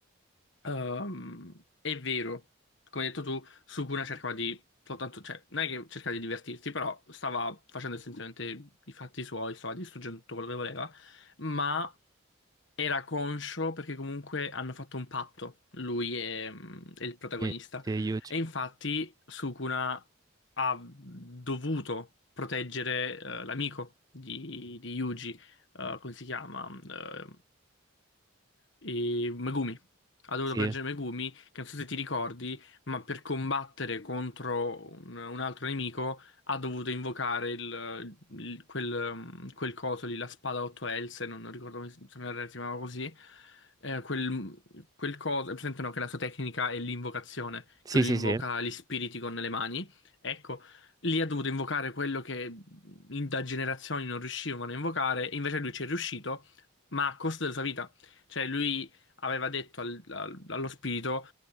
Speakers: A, on the left; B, on the right.
A: ehm, è vero, come hai detto tu, Sukuna cercava di soltanto, cioè non è che cercava di divertirsi, però stava facendo essenzialmente i fatti suoi, stava distruggendo tutto quello che voleva, ma Era conscio perché comunque hanno fatto un patto, lui e, mm, e il protagonista.
B: Sì, sì, Yuji.
A: E infatti Sukuna ha dovuto proteggere eh, l'amico di, di Yuji, eh, come si chiama? mm, eh, e Megumi. Ha dovuto
B: Sì,
A: proteggere Megumi, che non so se ti ricordi, ma per combattere contro un, un altro nemico ha dovuto invocare il, il- quel, um, quel coso lì, la spada a otto else, non, non ricordo come si se non erro si chiamava così. Eh, quel, quel coso, è presente no, che la sua tecnica è l'invocazione,
B: sì,
A: che lui
B: sì,
A: invoca
B: sì.
A: gli spiriti con le mani. Ecco, lì ha dovuto invocare quello che in- da generazioni non riuscivano a invocare, e invece lui ci è riuscito, ma a costo della sua vita. Cioè, lui aveva detto al- al- allo spirito: